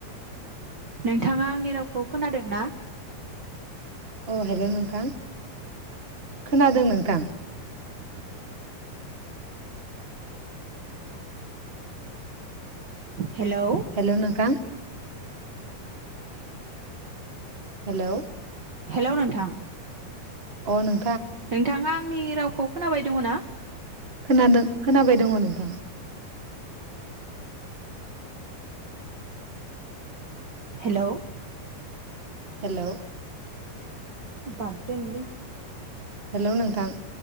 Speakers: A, on the right (about 75°); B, on the right (about 35°).
A: नोंथाङा आंनि रावखौ खोनादों ना?
B: अ हेलौ नोंथां खोनादों नोंथां।
A: हेलौ
B: हेलौ नोंथां हेलौ
A: हेलौ नोंथां
B: औ नों
A: नोंथाङा आंनि रावखौ खोनाबाय दङ ना
B: खोनादों खोनाबाय दङ नोंथां
A: हेलौ
B: हेलौ
A: बाद दोन लै
B: हेल' नोंथां